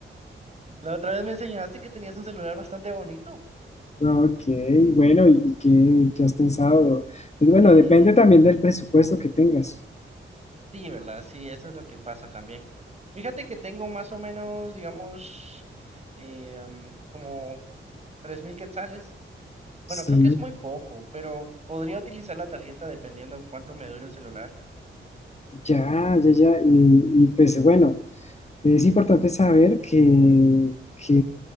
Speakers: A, on the right; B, on the left.
A: la otra vez me enseñaste que tenías un celular bastante bonito.
B: Ok, bueno, ¿y qué, qué has pensado? Eh, Bueno,
A: Y
B: depende también del presupuesto que tengas.
A: sí, ¿verdad? Sí, eso es lo que pasa también. Fíjate que tengo más o menos, digamos, eh, mm, como 3.000 quetzales. Bueno,
B: Sí,
A: creo que es muy poco, pero podría utilizar la tarjeta dependiendo cuánto me dure el celular.
B: ya, ya, ya. Y, y pues bueno, Es importante saber que, que